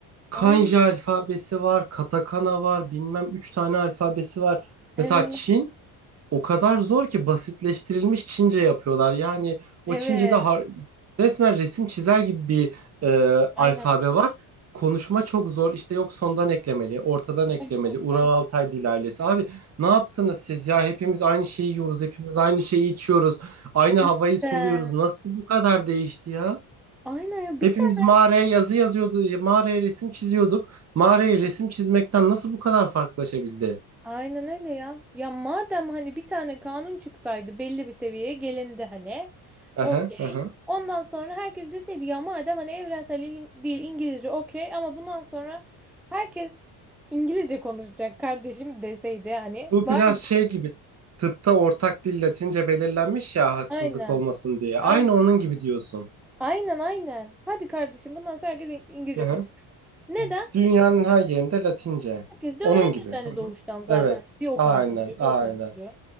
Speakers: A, on the right; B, in the centre.
A: Kanji
B: Aynen.
A: alfabesi var, katakana var, bilmem üç tane alfabesi var.
B: Evet.
A: Mesela Çin o kadar zor ki basitleştirilmiş Çince yapıyorlar. Yani o
B: Evet.
A: Çince'de har- resmen resim çizer gibi bir e,
B: Aynen.
A: alfabe var. Konuşma çok zor. İşte yok sondan eklemeli, ortadan eklemeli.
B: evet,
A: Ural
B: Aynen.
A: Altay dil ailesi. Abi ne yaptınız siz ya? Hepimiz aynı şeyi yiyoruz, hepimiz aynı şeyi içiyoruz. Aynı
B: Cidden.
A: havayı soluyoruz. Nasıl bu kadar değişti ya?
B: Aynen ya
A: Hepimiz
B: bir tane
A: mağaraya yazı yazıyordu, mağaraya resim çiziyorduk. Mağaraya resim çizmekten nasıl bu kadar farklılaşabildi?
B: Aynen öyle ya. Ya madem hani bir tane kanun çıksaydı belli bir seviyeye gelindi hani. Okey.
A: Aha, aha.
B: Ondan sonra herkes deseydi ya madem hani evrensel il- dil İngilizce okey ama bundan sonra herkes İngilizce konuşacak kardeşim deseydi hani.
A: Bu
B: Bari
A: biraz şey gibi tıpta ortak dil Latince belirlenmiş ya haksızlık
B: <laughs> aynen.
A: olmasın diye.
B: Aynen
A: Aynı onun gibi diyorsun.
B: aynen. aynen. Hadi kardeşim bundan sonra herkes İng- İngilizce
A: Hı hı.
B: konuşacak. Neden?
A: Dünyanın her yerinde Latince.
B: Herkes de
A: Onun
B: öğrenirdi
A: gibi.
B: hani
A: Hı hı.
B: doğuştan zaten.
A: Evet.
B: Bir o
A: Aynen,
B: konuşuluyor,
A: aynen.
B: bir o konuşuluyor.